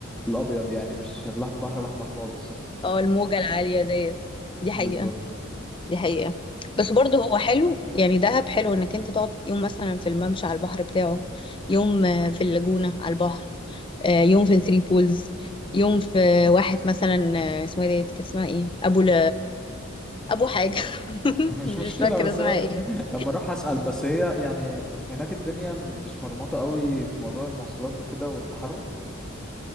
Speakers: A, in the centre; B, on the left.
A: الابيض يعني مش البحر الاحمر خالص
B: اه الموجة العالية ديت دي حقيقة
A: بالظبط
B: دي حقيقة بس برضه هو حلو يعني دهب حلو انك انت تقعد يوم مثلا في الممشى على البحر بتاعه يوم آه، في اللاجونة على البحر آه، يوم في الثري بولز يوم في واحد مثلا آه، اسمها ايه ديت كان اسمها ايه ابو ل... ابو حاجة <laughs>
A: <laughs> مش
B: مش
A: مشكلة
B: فاكرة
A: بس
B: اسمها
A: هو
B: ايه
A: لما اروح اسال بس هي يعني هناك الدنيا مش مرمطه قوي في موضوع المواصلات وكده والتحرك